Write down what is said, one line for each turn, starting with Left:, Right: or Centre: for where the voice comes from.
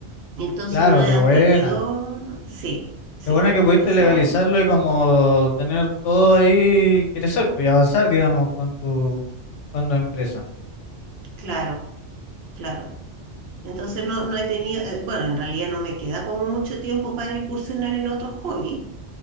Right: Entonces
Left: claro,
Right: no he
Left: qué buena.
Right: adquirido, sí, sí,
Left: Qué buena que pudiste
Right: eso,
Left: legalizarlo y como tener todo ahí, crecer, pues y avanzar, digamos, con tu, con tu empresa.
Right: claro, claro. Entonces no, no he tenido, eh, bueno, en realidad no me queda como mucho tiempo para incursionar en otros hobbies